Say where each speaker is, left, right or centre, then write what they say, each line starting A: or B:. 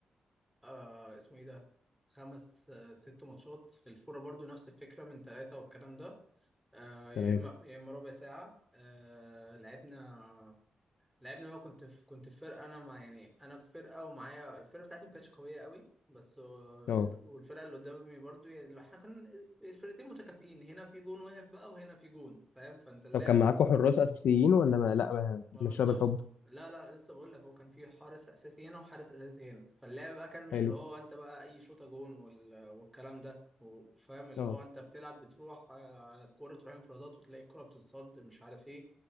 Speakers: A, in the centre; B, on the left.
A: آه اسمه ايه ده خمس آه ست ماتشات الفورة برضو نفس الفكرة من ثلاثة والكلام ده آه يا
B: تمام
A: اما يا اما ربع ساعة آه لعبنا لعبنا بقى كنت في كنت في فرقة انا مع يعني انا في فرقة ومعايا الفرقة بتاعتي ما كانتش قوية قوي بس آه،
B: اه
A: ال- والفرقة اللي قدامي برضو يعني لو احنا كان الفرقتين متكافئين هنا في جون واقف بقى وهنا في جون فاهم فانت اللعب
B: طب كان معاكم حراس اساسيين ولا ما لا ما-
A: ما
B: بتمشوها
A: بالظبط
B: بالحب
A: لا لا لسه بقول لك هو كان في حارس اساسي هنا وحارس اساسي هنا فاللعب بقى كان مش
B: حلو
A: اللي هو انت بقى اي شوطه جون وال... والكلام ده وفاهم اللي
B: اه
A: هو انت بتلعب بتروح آه، على الكوره تروح انفرادات وتلاقي الكوره بتتصد مش عارف ايه